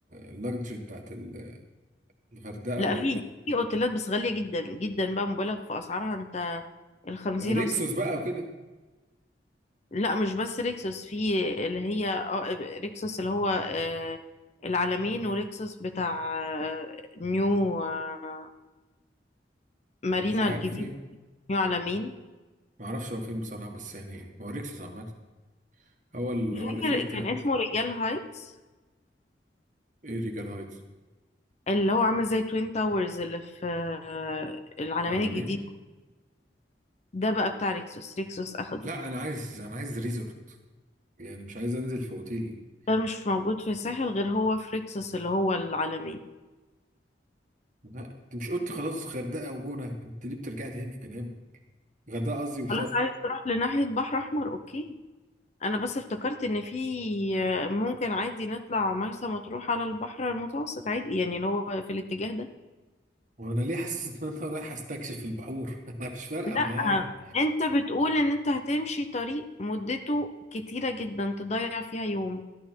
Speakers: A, on the right; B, on the left.
A: اللاكجري بتاعت ال- الغردقه
B: لا
A: وال-
B: في في اوتيلات بس غالية جدا جدا بقى مبالغ في اسعارها انت الخمسين
A: ريكسوس
B: والستين
A: بقى وكده
B: لا مش بس ريكسوس في اللي هي آه، ريكسوس اللي هو آه، العلمين وريكسوس بتاع آه، نيو آه، مارينا
A: مش عارف
B: الجديد
A: فين
B: نيو علمين
A: ما اعرفش هو فين بصراحه بس يعني هو ريكسوس عامه هو اللي
B: فاكر
A: هو اللي فيه الكلام
B: كان اسمه رجال هايتس
A: ايه ريجال هايتس
B: اللي هو عامل زي توين تاورز اللي في آه، العلمين
A: عالمين
B: الجديد ده بقى بتاع ريكسوس ريكسوس اخده
A: لا انا عايز انا عايز ريزورت يعني مش عايز انزل في اوتيل
B: ده مش موجود في الساحل غير هو في ريكسوس اللي هو العلمين
A: لا انت مش قلت خلاص غردقه وجونه انت ليه بترجع تاني في كلام غردقه قصدي وشرم
B: خلاص عايز تروح لناحية بحر احمر اوكي انا بس افتكرت ان في آه، ممكن عادي نطلع مرسى مطروح على البحر المتوسط عادي يعني اللي هو في الاتجاه ده
A: وانا ليه حاسس ان انا رايح استكشف البحور <laughs> انا مش فارقه
B: لا
A: معايا
B: انت بتقول ان انت هتمشي طريق مدته كتيرة جدا تضيع فيها يوم